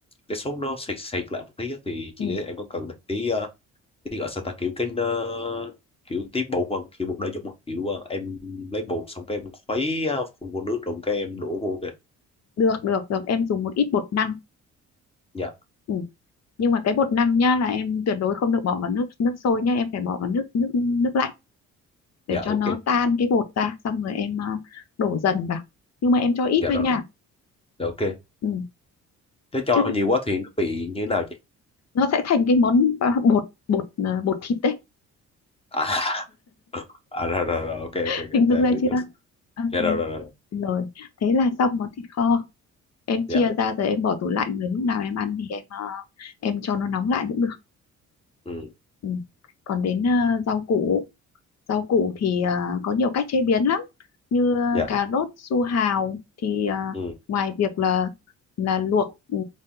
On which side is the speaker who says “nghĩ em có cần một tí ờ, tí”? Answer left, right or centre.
Left